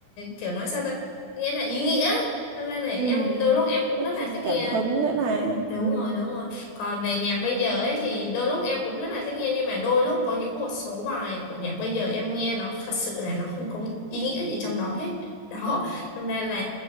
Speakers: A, on the left; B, on the right.
A: kiểu nói sao ta nghĩa là ý nghĩa ấy. Hôm nay này
B: ừ
A: em đôi lúc em cũng
B: nó
A: rất
B: truyền
A: là thích nghe
B: cảm hứng nữa này
A: đúng
B: ừ
A: rồi đúng rồi còn về nhạc bây giờ ấy thì đôi lúc em cũng rất là thích nghe nhưng mà đôi lúc có những một số bài của nhạc bây giờ em nghe nó thật sự là nó không có ý nghĩa gì trong đó hết đó cho nên là